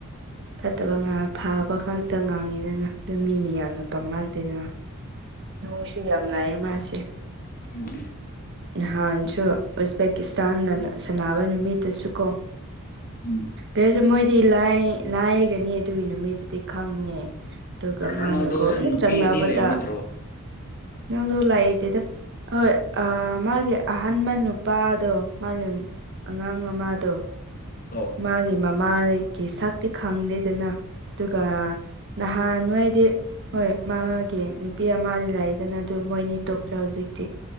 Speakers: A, on the right; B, on the left.
A: ꯐꯠꯇꯕ ꯉꯥꯅ ꯐꯥꯕ ꯉꯥꯛꯇ ꯉꯥꯡꯉꯤꯗꯅ ꯑꯗꯨ ꯃꯤ ꯃꯌꯥꯝꯅ ꯄꯥꯝꯅꯔꯛꯇꯦꯗꯅ ꯃꯤꯅꯨꯡꯁꯤ ꯌꯥꯝ ꯂꯩꯑꯦ ꯃꯥꯁꯦ
B: ꯎꯝ ꯎꯝ
A: ꯅꯍꯥꯟꯁꯨ ꯎꯁ ꯄꯦꯀꯤꯁꯇꯥꯟꯒꯅ ꯁꯅꯥꯅꯕ ꯅꯨꯃꯤꯠꯇꯁꯨ ꯀꯣ
B: ꯎꯝ
A: ꯔꯦꯁꯨ ꯃꯣꯏꯗꯤ ꯂꯥꯏ ꯂꯥꯏꯒꯅꯤ ꯑꯗꯨꯒꯤ ꯅꯨꯃꯤꯠꯇꯨꯗꯤ ꯈꯪꯉꯦ ꯑꯗꯨꯒ
B: ꯔꯣꯅꯥꯜꯗꯣꯁꯦ
A: ꯃꯥꯅ ꯀꯣꯜ ꯍꯦꯛ
B: ꯅꯨꯄꯤ
A: ꯆꯪꯅꯕꯗ
B: ꯑꯅꯤ ꯂꯩꯕ ꯅꯠꯇ꯭ꯔꯣ
A: ꯅꯪꯗꯨ ꯂꯩꯇꯦꯗ ꯍꯣꯏ ꯑꯥ ꯃꯥꯒꯤ ꯑꯍꯟꯕꯥ ꯅꯨꯄꯥꯗꯣ ꯃꯥꯒꯤꯝ ꯑꯉꯥꯡ ꯑꯃꯗꯣ
B: ꯑꯣ
A: ꯃꯥꯒꯤ ꯃꯃꯥꯔꯩꯒꯤ ꯁꯛꯇꯤ ꯈꯪꯗꯦꯗꯅ ꯑꯗꯨꯒ ꯅꯍꯥꯟ ꯅꯣꯏꯗꯤ ꯍꯣꯏ ꯃꯥꯒꯤ ꯅꯨꯄꯤ ꯑꯃꯗꯤ ꯂꯥꯛꯑꯦꯗꯅ ꯑꯗꯨ ꯃꯣꯏꯅꯤ ꯇꯣꯛꯈ꯭ꯔꯦ ꯍꯧꯖꯤꯛꯇꯤ